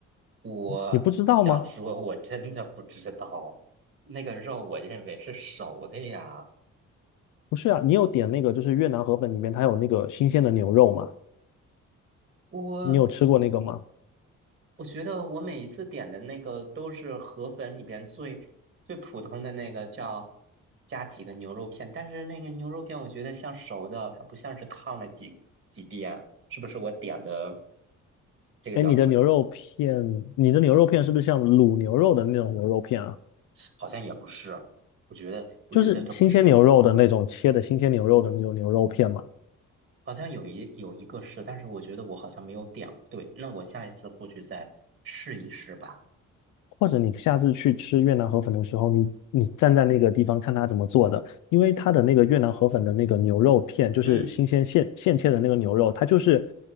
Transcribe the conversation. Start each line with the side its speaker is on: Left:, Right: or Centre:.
Right: 我想说，
Left: 你不知道吗？
Right: 我真的不知道，那个肉我认为是熟的呀。
Left: 不是啊，你有点那个就是越南河粉里面它有那个新鲜的牛肉嘛？
Right: 我。
Left: 你有吃过那个吗？
Right: 我觉得我每一次点的那个都是河粉里边最最普通的那个叫加几个牛肉片，但是那个牛肉片我觉得像熟的，它不像是烫了几几遍，是不是我点的这个叫什么？
Left: 哎，你的牛肉片，你的牛肉片是不是像卤牛肉的那种牛肉片啊？
Right: 好像也不是，我觉得我觉得它不是，
Left: 就是新鲜牛肉的那种切的新鲜牛肉的那种牛肉片嘛？
Right: 好像有一有一个是，但是我觉得我好像没有点对，那我下一次过去再试一试吧。
Left: 或者你下次去吃越南河粉的时候，你你站在那个地方看它怎么做的，因为它的那个越南河粉的那个牛肉片，就是新鲜现现切的那个牛肉，
Right: 嗯，
Left: 它就是